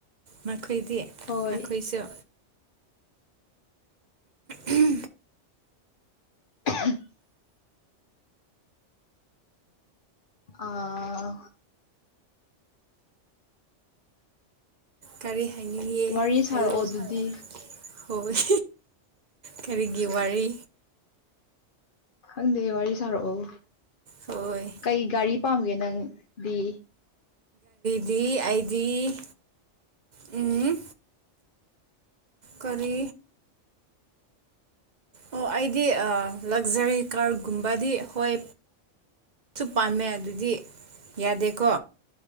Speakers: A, on the right; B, on the left.
A: ꯅꯈꯣꯏꯗꯤ
B: ꯍꯣꯏ
A: ꯅꯈꯣꯏꯁꯨ ꯎꯝ
B: ꯑ ꯍꯝ ꯑꯥ
A: ꯀꯔꯤ ꯍꯥꯏꯅꯤꯡꯉꯦ
B: ꯋꯥꯔꯤ ꯁꯥꯔꯛꯑꯣ
A: ꯍꯥꯏꯌꯣ
B: ꯑꯗꯨꯗꯤ
A: ꯆꯥꯔꯤ ꯁꯥꯔꯛꯑꯣ ꯑꯗꯨꯗꯤ ꯍꯣꯏ ꯀꯔꯤꯒꯤ ꯋꯥꯔꯤ
B: ꯈꯪꯗꯦ ꯋꯥꯔꯤ ꯁꯥꯔꯛꯑꯣ
A: ꯍꯣꯏ
B: ꯀꯩ ꯒꯥꯔꯤ ꯄꯥꯝꯕꯒꯦ ꯅꯪꯗꯤ
A: ꯗꯤ ꯑꯩꯗꯤ ꯎꯝ ꯀꯔꯤ ꯑꯣ ꯑꯩꯗꯤ ꯑꯥ ꯂꯛꯖꯔꯤ ꯀꯥꯔꯒꯨꯝꯕꯗꯤ ꯍꯣꯏ ꯁꯨꯞ ꯄꯥꯝꯃꯦ ꯑꯗꯨꯗꯤ ꯌꯥꯗꯦꯀꯣ